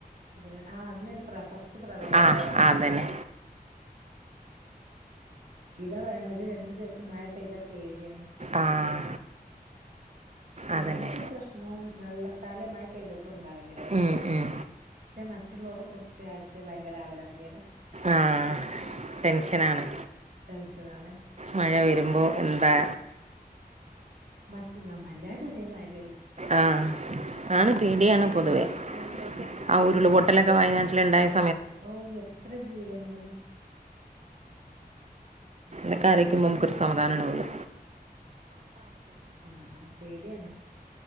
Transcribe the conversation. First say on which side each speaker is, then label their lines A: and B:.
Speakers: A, on the right; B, on the right.
A: അതിന് ആ അന്നൊരു പ്ര ഫസ്റ്റ് പ്രളയം
B: ആഹ്
A: അന്നായിരുന്നല്ലെ
B: അതന്നെ
A: ഇതവേണൊരു രണ്ട് ദിവസം മഴ പെയ്താ പേടിയാണ്
B: ആഹ് അതന്നെ
A: ഞങ്ങക്കൊരു പ്രശ്നവും വെള്ളത്താലെ മഴ പെയ്തിട്ട് ണ്ടാവലില്ല
B: ഉം ഉം
A: ക്ഷേ മറ്റുള്ളോരെ കുർച്ച് ആച്ച് ഭയ്ങ്കര അവലാത്യാണ്
B: ആഹ് ടെൻഷനാണ്
A: ടെൻഷനാണ്
B: മഴ വരുമ്പോ എന്താ
A: മറ്റുന്നം എല്ലാരും ഒരേമാരി
B: ആ ആണ് പേടിയാണ് പൊതുവെ
A: ശരിയാണ്
B: ആ ഉരുളു പൊട്ടലൊക്കെ വയനാട്ടില് ണ്ടായ സ
A: ഓഹ് എത്ര ജീവന് ക്ക്‌ണ്
B: തൊക്കാലോയ്ക്കുമ്പോ നമ്മക്കൊരു സമാദാനണ്ടാവൂല
A: സമാധാനം പേടിയാണ്